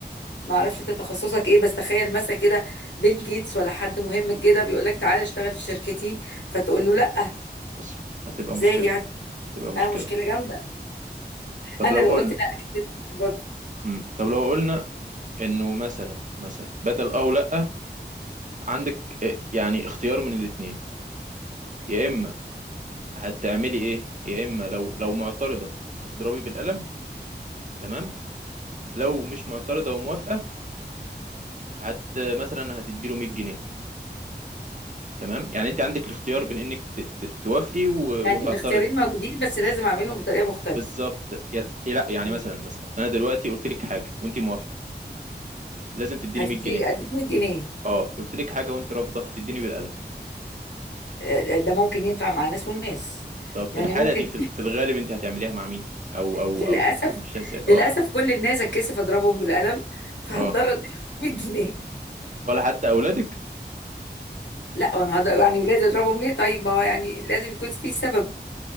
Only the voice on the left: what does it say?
ما اعرفش انت تخصصك ايه بس تخيل مثلا كده بيل جيتس ولا حد مهم كده بيقول لك تعالى اشتغل في شركتي فتقول له لا
ازاي
يعني
اه مشكلة جامدة
انا
لو
قلت لا أكيد برضه
يعني
الاختيارين موجودين بس
لازم اعملهم بطريقه مختلفه
مم.
هتديك
اديك 100 جنيه
آه، ده ممكن ينفع مع ناس وناس
يعني
ممكن
للاسف
للاسف
كل الناس اتكسف اضربهم بالقلم فهتضطر
اديهم 100 <laughs> جنيه
لا وانا هض- يعني ولادي اضربهم ليه طيب ما هو يعني لازم يكون في سبب